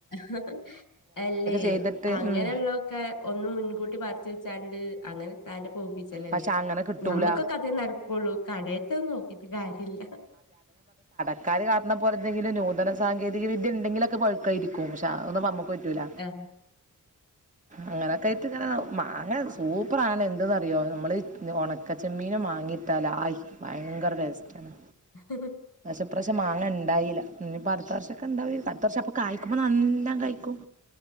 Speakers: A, on the left; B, on the right.
A: ഹ് ഹ് അല്ലേ
B: ചെയ്തിട്ട്
A: അങ്ങനെള്ള
B: ഉം
A: ക്കെ ഒന്ന് മുൻകൂട്ടി പറച്ച് വെച്ചാണ്ട് അങ്ങനെ പോവ്പി ല്ല
B: പക്ഷെ
A: ല്ലേ
B: അങ്ങനെ കിട്ടൂല
A: ഞമ്മക്കൊക്കെ അതെ നടക്കുള്ളൂ കടേത്തൊന്നും നോക്കീട്ട് കാര്യല്ല
B: ക്കാര് കാണ പോലെതെങ്കിലും നൂതന സാങ്കേതിക വിദ്യ ഉണ്ടെങ്കിലൊക്കെപ ഴുക്കായിരിക്കും പഷേ അതന്നുംമ്മക്ക് പറ്റൂല്ല.
A: ഏ
B: അങ്ങനെക്കായിട്ട് ഇങ്ങനെ മാങ്ങസൂപ്പറാണ് എന്ത്‌ന്ന് അറിയോ മ്മള് ഉണക്കച്ചെമ്മീനും മാങ്ങിട്ടാലായ് ഭയങ്കര ടേസ്റ്റ് ആണ്
A: ഹ് ഹ്
B: ഇപ്രാശം മാങ്ങ ണ്ടായില്ല ഇനിപ്പ അടുത്ത വർഷംക്കെണ്ടാവ അടുത്ത വർഷം കായിക്കുമ്പോ നല്ലാം കായി ക്കും